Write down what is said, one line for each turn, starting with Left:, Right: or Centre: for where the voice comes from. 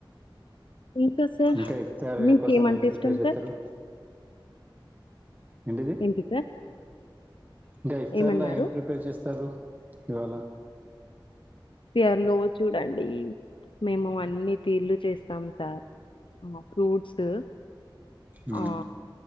Left: ఇంకా సార్
Right: ఇంకా ఇఫ్తార్
Left: మీకేమంటే
Right: కోసం ఏం ప్రిపేర్
Left: ఇష్టం
Right: చేస్తారు
Left: సార్?
Right: ఏంటిది
Left: ఏంటి సార్
Right: ఇంకా ఇఫ్తార్లా
Left: ఏమన్నారు?
Right: ఏం ప్రిపేర్ చేస్తారు ఇవాళ
Left: సర్లో చూడండి మేము అన్ని తీర్లు చేస్తాం సార్ ఆ ఫ్రూట్స్
Right: ఉమ్,
Left: ఆ